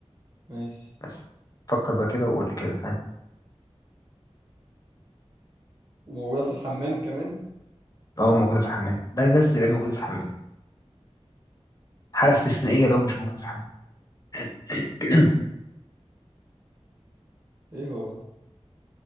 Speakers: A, on the right; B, on the left.
A: ماشي
B: بس فكر بقى كده وقول لي كده ها
A: وموجودة في الحمام كمان
B: اه موجودة في الحمام ده لازم تبقى موجودة في الحمام حالة استثنائية لو مش موجودة في الحمام
A: مم.
B: <coughs> <clears throat>
A: ايه هو ده